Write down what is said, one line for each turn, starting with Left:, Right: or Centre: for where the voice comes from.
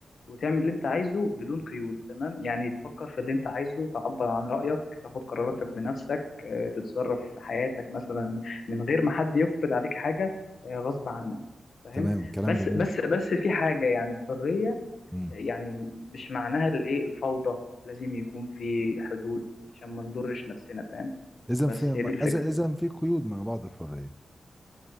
Left: وتعمل اللي انت عايزه بدون قيود تمام يعني تفكر في اللي انت عايزه تعبر عن رايك تاخد قراراتك بنفسك آه، تتصرف في حياتك مثلا من غير ما حد يفرض عليك حاجه آه، غصب عنك فاهم
Centre: تمام كلام
Left: بس
Centre: جميل
Left: بس بس في حاجه يعني الحريه
Centre: امم
Left: يعني مش معناها الايه الفوضى لازم يكون في حدود عشان ما نضرش نفسنا فاهم
Centre: إذا
Left: بس
Centre: في
Left: هي دي الفكره
Centre: إذا إذا في قيود مع بعض الحرية